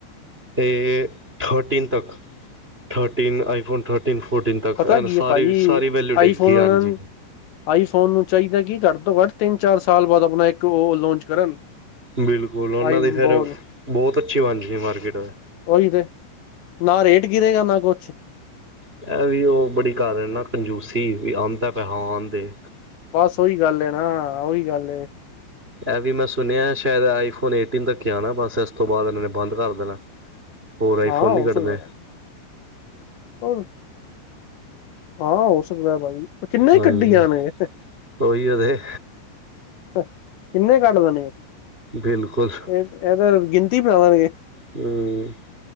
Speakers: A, on the right (about 20°); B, on the left (about 75°).
A: ਅਤੇ ਥਰਟੀਨ ਤੱਕ ਥਰਟੀਨ ਆਈਫੋਨ ਥਰਟੀ ਨ ਤ
B: ਪਤਾ ਕੀ
A: ਸਾਰੀ
B: ਹੈ ਭਾਜੀ
A: ਸਾਰੀ ਵੈਲਊ
B: ਆਈਫੋਨ
A: ਡਿੱਗ ਗਈ ਹਾਂਜੀ
B: ਉਹਨਾਂ ਨੂੰ ਆਈਫੋਨ ਨੂੰ ਚਾਹੀਦਾ ਕਿ ਘੱਟ ਤੋਂ ਘੱਟ ਤਿੰਨ ਚਾਰ ਸਾਲ ਬਾਅਦ ਆਪਣਾ ਇੱਕ ਉਹ ਲੋਂਚ ਕਰਨ
A: ਬਿਲਕੁਲ ਉਹਨਾਂ
B: ਆਈ
A: ਦੀ ਫੇਿਰ
B: ਬੋਲ
A: ਬਹੁਤ ਅੱਛੀ ਵੰ ਸੀ ਮਾਰਕੀਟ ਦੇ
B: ਉਹੀ ਤੇ ਨਾ ਰੇਟ ਗੀਰੇਗਾ ਨਾ ਕੁ ਵਚੇ
A: ਇਹ ਵੀ ਉਹ ਬੜੀ ਕਰ ਰਹੇ ਨਾ ਕੰਜੂਸੀ ਵੀ ਆਉਂਦਾ ਪੈਸ ਦੇ
B: ਬਸ ਉਓਹੀ ਗੱਲ ਏ ਨਾ ਉਓਹੀ ਗੱਲ
A: ਇਹ ਵੀ ਮੈਂ ਸੁਣਿਆ ਸ਼ਾਇਦ ਆਈਫੋਨ ਏਟੀਨ ਤੱਕ ਆਉਣਾ ਬਸ ਇਸ ਤੋਂ ਬਾਅਦ ਇਹਨਾਂ ਨੇ ਬੰਦ ਕਰ ਦੇਣਾ ਹੋਰ ਆਈਫੋਨ
B: ਹਾਂ ਹੋ
A: ਨਹੀਂ ਕੱਢਦਾ
B: ਸਕਦਾ ਹੋਰ ਹਾਂ ਹੋ ਸਕਦਾ ਭਾਜੀ ਕਿੰਨਾ
A: ਹਾਂਜੀ
B: ਹੀ ਗੱਡੀਆਂਣ ਇਥੇ
A: ਉਹੀ ਉਹਦੇ
B: ਕਿੰਨੇ ਕੱਟ ਦੇ ਨੇਗੇ
A: ਬਿਲਕੁਲ
B: ਇਹ ਇਹਦੇ ਗਿਣਤੀ ਬਣਾ ਦੇ ਨੇਗੇ
A: ਹਮ